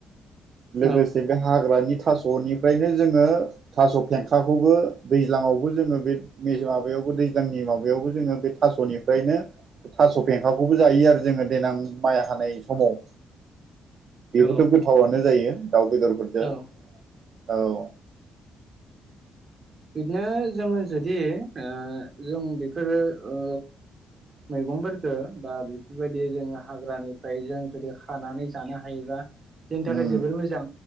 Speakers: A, on the right; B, on the right.
A: लोगोसे
B: औ
A: बे हाग्रानि थास'निफ्रायनो जोङो थास' फेंखाखौबो दैज्लांआवबो जोङो बे माबायावबो दैज्लांनि माबायावबो जोङो बे थास'निफ्रायनो थास' फेंखाखौबो जायो आरो जोङो देनां माइ हानाय समाव। बेबोथ'
B: औ
A: गोथावनो जायो दाउ बेदरफोरजों,
B: औ
A: औ।
B: बिदिनो जोङो जुदि ओ जों बेफोरो ओ मैगंफोरफोरखो बा बेफोरबायदि जोङो हाग्रानिफ्राय जों जुदि खानानै जानो हायोबा जोंनि थाखाय
A: उम
B: जोबोर मोजां।